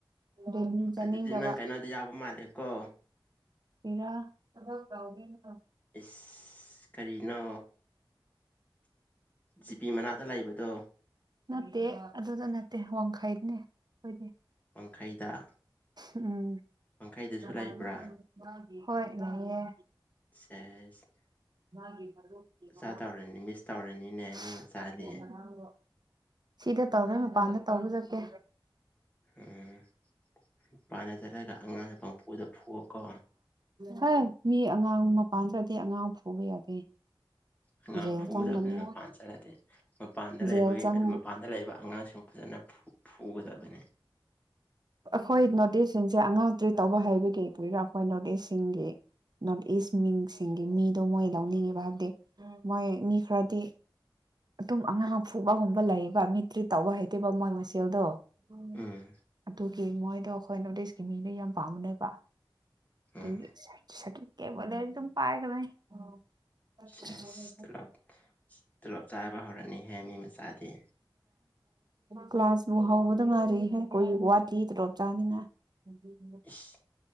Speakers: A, on the right (about 55°); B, on the left (about 20°).
A: ꯗꯦꯂꯤ ꯆꯠꯅꯤꯡꯗꯕ꯫
B: ꯑꯗꯨꯗꯤ ꯅꯪ ꯀꯩꯅꯣꯗ ꯌꯥꯎꯕ ꯃꯥꯜꯂꯦꯀꯣ
A: ꯀꯦꯔꯥ ꯊꯕꯛ ꯇꯧꯗꯣꯏꯅꯣ
B: ꯏꯁ ꯀꯔꯤꯅꯣ? ꯖꯤꯄꯤ ꯃꯅꯥꯛꯇ ꯂꯩꯕꯗꯣ
A: ꯅꯠꯇꯦ ꯑꯗꯨꯗ ꯅꯠꯇꯦ ꯋꯥꯡꯈꯩꯗꯅꯦ ꯈꯣꯏꯗꯤ꯫
B: ꯋꯥꯡꯈꯩꯗ?
A: ꯎꯝ
B: ꯋꯥꯡꯈꯩꯗꯁꯨ
A: ꯅꯍꯟꯗꯣ
B: ꯂꯩꯕ꯭ꯔꯥ
A: ꯃꯒꯤ ꯍꯣꯏ ꯂꯩꯌꯦ꯫
B: ꯁꯦꯁ
A: ꯃꯥꯒꯤ ꯃꯔꯨꯞꯀꯤ ꯃꯃꯥ
B: ꯆꯥ ꯇꯧꯔꯅꯤ ꯃꯤꯁ ꯇꯧꯔꯅꯤꯅꯦ
A: <unintelligible>
B: ꯃꯤ ꯃꯆꯥꯗꯤ
A: ꯉꯔꯡꯗꯣ ꯁꯤꯗ ꯇꯧꯔꯣꯏ ꯃꯄꯥꯟꯗ ꯇꯧꯕ ꯆꯠꯀꯦ꯫
B: ꯎꯝ ꯄꯥꯥꯟꯗ ꯆꯠꯂꯒ ꯑꯉꯥꯡꯁꯦ ꯄꯡꯐꯨꯗ ꯐꯨꯋꯣꯀꯣ
A: ꯍꯩ ꯃꯤ ꯑꯉꯥꯡ ꯃꯄꯥꯟꯗꯗꯤ ꯑꯉꯥꯡ ꯐꯨꯕ ꯌꯥꯗꯦ꯫
B: ꯑꯉꯥꯡ
A: ꯖꯦꯜ
B: ꯐꯨꯒꯗꯕꯅꯤ
A: ꯆꯪꯂꯅꯤ
B: ꯃꯄꯥꯟꯗ ꯆꯠꯂꯗꯤ ꯃꯄꯥꯟꯗ
A: ꯖꯦꯜ
B: ꯂꯩꯕꯒꯤ
A: ꯆꯪ
B: ꯑꯗꯨ ꯃꯄꯥꯟꯗ ꯂꯩꯕ ꯑꯉꯥꯡꯁꯤꯡ ꯐꯖꯅ ꯐꯨ ꯐꯨꯒꯗꯕꯅꯦ
A: ꯑꯈꯣꯏ ꯅꯣꯔꯇ ꯗꯤꯁ ꯁꯤꯡꯁꯦ ꯑꯉꯥꯛ ꯇ꯭ꯔꯤꯠ ꯇꯧꯕ ꯍꯥꯏꯕꯒꯤ ꯀꯨꯏꯔꯥ ꯑꯩꯈꯣꯏ ꯅꯣꯔꯇ ꯏꯁ ꯁꯤꯡꯒꯤ ꯅꯣꯔꯠ ꯏꯁ ꯃꯤꯡꯁꯤꯡꯒꯤ ꯃꯤꯗꯣ ꯃꯣꯏ ꯂꯧꯅꯤꯡꯉꯦꯕ ꯍꯥꯏꯕꯗꯤ ꯃꯣꯏ ꯃꯤ ꯈꯔꯗꯤ ꯑꯗꯨꯝ ꯑꯉꯥꯡ ꯐꯨꯕꯒꯨꯝꯕ ꯂꯩꯌꯦꯕ ꯃꯤ ꯇ꯭ꯔꯤꯠ ꯇꯧꯕ ꯍꯩꯇꯦꯕ ꯃꯣꯏ ꯃꯁꯦꯜꯗꯣ ꯑꯗꯨꯅꯦ
B: ꯎꯝ
A: ꯑꯗꯨꯒꯤ ꯃꯣꯏꯗꯣ ꯑꯈꯣꯏ ꯅꯣꯔꯠ ꯏꯁꯀꯤ ꯃꯤꯗ ꯌꯥꯝ ꯄꯥꯝꯕꯅꯦꯕ꯫
B: ꯎꯝ
A: ꯗꯨꯒꯤ ꯁꯔ ꯁꯔꯇꯤꯐꯤꯀꯦꯠꯕꯨ ꯂꯩꯔꯗꯤ ꯑꯗꯨꯝ ꯄꯥꯏꯈꯔꯕꯅꯤ ꯑꯧ <unintelligible> <unintelligible>
B: ꯁꯦꯁ ꯇꯣꯂꯣꯞ ꯇꯣꯂꯣꯞ ꯆꯥꯕ ꯍꯧꯔꯅꯤꯍꯦ ꯃꯤ ꯃꯆꯥꯗꯤ
A: ꯀ꯭ꯂꯥꯁꯕꯨ ꯍꯧꯕꯗ ꯉꯥꯏꯔꯤꯍꯦ ꯀꯨꯏ ꯋꯥꯠꯂꯤ ꯇꯣꯂꯣꯞ ꯆꯥꯅꯤꯡꯉꯥꯏ꯫ <unintelligible>
B: ꯏꯁ